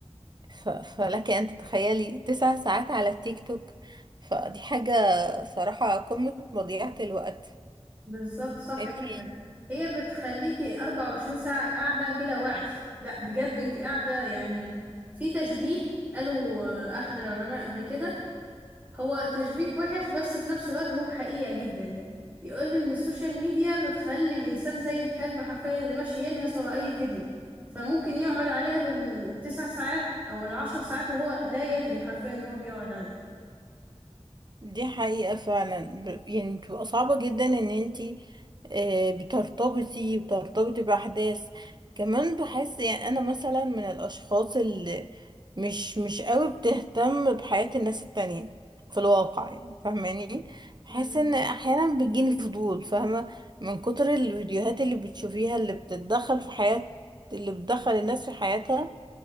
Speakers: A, on the right; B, on the right.
A: ف... فلك ان تتخيلي تسع ساعات على التيك توك فدي حاجة صراحة قمة مضيعة الوقت
B: بالظبط صح
A: انتي
B: جدا هي بتخليكي 24 ساعة قاعدة بلا وعي لا بجد انتي قاعدة يعني في تشبيه قالوا آه، احد العلماء قبل كده هو تشبيه وحش بس في نفس الوقت هو حقيقة جدا يعني بيقول ان السوشيال ميديا بتخلي الانسان زي الكلب حرفيا اللي ماشي يلهث ورا اي فيديو فممكن يقعد عليها بالتسع ساعات او العشر ساعات وهو لا يدري حرفيا ان هو بيقعد عليها
A: دي حقيقة فعلا ب- يعني بتبقى صعبة جدا ان انتي آه، بترتبطي بترتبطي بأحداث كمان بحس يعني انا مثلا من الاشخاص اللي مش مش قوي بتهتم بحياة الناس التانية في الواقع يعني فاهماني بحس
B: مم.
A: ان احيانا بيجيني فضول فاهمة من كتر الفيديوهات اللي بتشوفيها اللي بتتدخل في حياة اللي بتدخل الناس في حياتها